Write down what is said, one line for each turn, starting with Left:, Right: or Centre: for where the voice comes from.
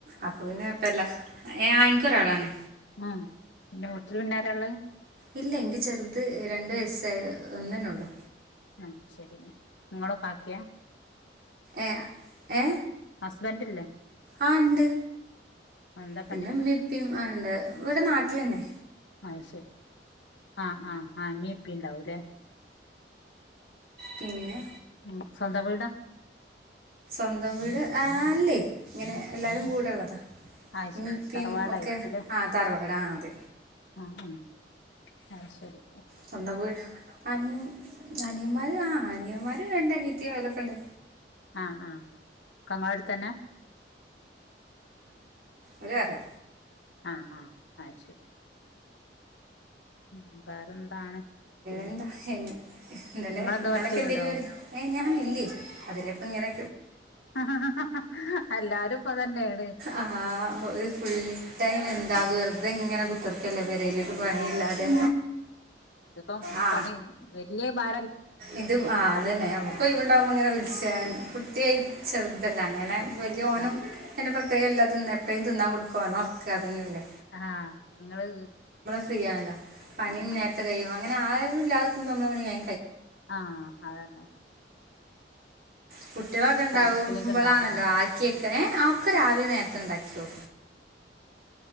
Right: അപ്പൊ പിന്നെ എപ്പല്ല ഏ ആനിക്കൊരാളാണ്.
Left: ഉം പിന്നെ വീട്ടിൽ പിന്നാരള്ള്.
Right: ഇല്ല എനിക്ക് ചെറുത് രണ്ട് വയസ്സായ ഒന്ന് തന്നെ ഉള്ളു.
Left: ആ ശെരി നിങ്ങളും കാക്കിംയാ?
Right: ഏ ഏഹ
Left: ഹസ്ബെന്റില്ലേ?
Right: ആ ഇണ്ട്
Left: എന്താ
Right: പിന്നെ
Left: പണി
Right: ഇമ്മീം ഇപ്പിണ്ട് ഇവിടെ നാട്ടിലെന്നെ.
Left: അഹ് ശെരി ആ ആ ആ ഇമ്മീഇപ്പീ ഇണ്ടാവുംലെ?
Right: പിന്നെ
Left: ശെരി മം സ്വന്തം വീടാ?
Right: സ്വന്തം വീട് ആ അല്ലേ ഇങ്ങനെ എല്ലാരും കൂടെയിള്ളതാ.
Left: അത്
Right: ഇമ്മി
Left: ശരി
Right: ഇപ്പിയൊക്കെ
Left: തറവാടായിരിക്കൂല്ലേ
Right: ആ തറവാടാ ആ അത്
Left: ആ മം അഹ് ശെരി.
Right: സ്വന്തം വീട് അനിയ അനിയന്മാര് ആ അനിയന്മാര് രണ്ട് അനിയത്തി ഓലോക്കേണ്ട്.
Left: ആ ആ ഒക്കെങ്ങളെടുത്തെന്നെ?
Right: ഒരുവേറെ
Left: ആ ആ അഹ് ശെരി. മം വേറെന്താണ്? പിന്നെ
Right: എന്താ ഇന്നലെ
Left: നിങ്ങളെന്താ
Right: ഇന്നലൊക്കെന്തേനിം
Left: വർക്ക് ചെയ്യ്ണ്ടോ
Right: പരി ഏയ് ഞാനില്ലേ അതില്ലേപ്പോ ഇങ്ങനെ
Left: ഹ ഹ ഹ എല്ലാരും ഇപ്പൊ അതന്നെണ്.
Right: ആ ഒരു ഫുൾട്ടയിം എന്താ വെറുതെങ്ങനെ കുത്തർ ക്കല്ലേ പേരില് ഒരു പണിയില്ലാതെ.
Left: ഇത്പ്പം
Right: ആ
Left: പണി വെല്ല്യ ഭാ
Right: ഇത് ആ അതെന്നെ ഞമ്മക്ക്ണ്ടാവുമ്പോ ഇങ്ങനെ വിളിച്ചൻ കുട്ടിയായി ചെറു ഇതെല്ലാം അങ്ങനെ വെല്ല്യോനും
Left: ആഹ്
Right: അങ്ങനെ പ്രേത്യേകല്ല എപ്പോഴും തിന്നാൻ കൊടുക്കും ഓനെ ഉറക്ക അതന്നല്ലേ.
Left: ആ നിങ്ങള്
Right: ഫ്രീ ആണല്ലോ പണി
Left: ആ ആ
Right: നേരത്തെ കഴിയും അങ്ങനെ ആരുഇല്ലാതാകുമ്പോ മ്മളെ പണി മേ
Left: ആ അതെന്നെ.
Right: കുട്ടികളൊക്കെ ഉണ്ടാവുമ്പോളാണല്ലോ
Left: ഉച്ചക്കൊക്കെ ഇണ്ടാക്കലാ
Right: ആക്കിയൊക്ക ഏ ആ ഒക്കെ രാവിലെ നേരത്തെ ഇണ്ടാക്കിയോ